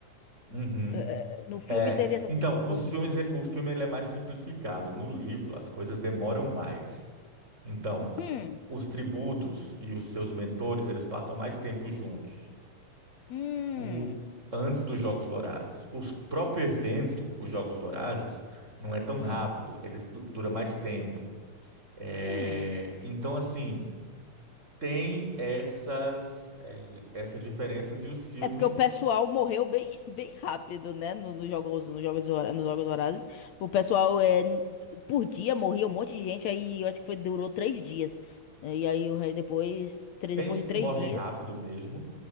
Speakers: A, on the right (about 25°); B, on the left (about 70°).
A: Uhum.
B: É, é, no filme
A: É.
B: teve essa
A: Então,
B: cena.
A: os
B: Eu,
A: filmes, ele- o filme ele é mais simplificado. No livro, as coisas demoram mais. Então, a-
B: hum,
A: os tributos e os seus mentores, eles passam mais tempo juntos.
B: hum,
A: O, antes dos Jogos Vorazes. O próprio evento, os Jogos Vorazes, não é tão rápido.
B: hum.
A: Eles du- dura mais tempo. É,
B: Hum.
A: então, assim, tem essas, é, essas diferenças e os filmes,
B: É porque o pessoal morreu bem, <laughs> bem rápido, né? No, nos jogos, nos jogos, hora- nos jogos horários. O pessoal, é, no- por dia, morria um monte de gente. Aí eu acho que foi, durou três dias. E aí o rei depois, tre-
A: tem
B: depois
A: os
B: de
A: que
B: três
A: morrem
B: dias.
A: rápido mesmo,